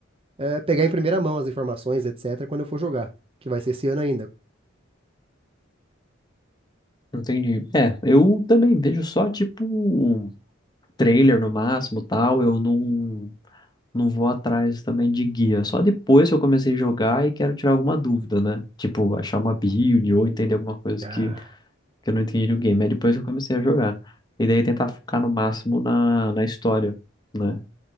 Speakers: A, on the right; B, on the left.
A: é, pegar em primeira mão as informações, etc, quando eu for jogar, que vai ser esse ano ainda.
B: Entendi. É, eu também vejo só tipo trailer no máximo, tal. Eu não. não vou atrás também de guia. Só depois que eu comecei a jogar e quero tirar alguma dúvida, né? Tipo, achar uma build ou entender alguma coisa
A: Ah,
B: que, que eu não entendi no game. É depois que eu comecei a jogar. E daí tentar focar no máximo na, na história, né?